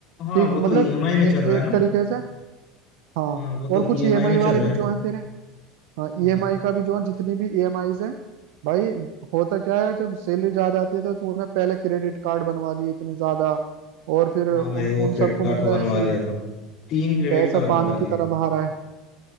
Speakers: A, on the left (about 50°); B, on the right (about 70°).
A: हाँ
B: ठीक
A: वो तो
B: मतलब
A: ईएमआई में
B: ए,
A: चल रहा है
B: एक
A: ना
B: तरीके से हाँ
A: हाँ वो तो
B: और
A: ईएमआई
B: कुछ ईएमआई
A: में चल
B: वाले
A: रहा
B: भी
A: है
B: जो हैं तेरे हाँ
A: हाँ
B: ईएमआई का भी जो है जितनी भी ईएमआईज हैं भाई होता क्या है जब सैलरी ज्यादा आती है तो तूने पहले क्रेडिट कार्ड बनवा लिए इतने ज्यादा और फिर
A: हाँ
B: उन
A: भाई वो
B: उन
A: क्रेडिट
B: सबको
A: कार्ड
B: मतलब
A: तो बनवा
B: ऐसी
A: लिया था तीन क्रेडिट
B: पैसा
A: कार्ड बनवा
B: पानी की
A: लिए
B: तरह बहा रहा है